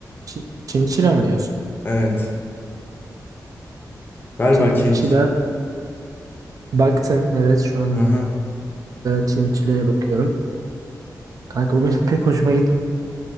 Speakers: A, on the right; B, on the left.
A: Çi- Çinçila mı diyorsun?
B: Evet. Galiba
A: Çinçila
B: Çinç.
A: baktım. Evet şu anda
B: Hı hı.
A: çinçilaya bakıyorum. Kanka bu benim <laughs> pek hoşuma gitmedi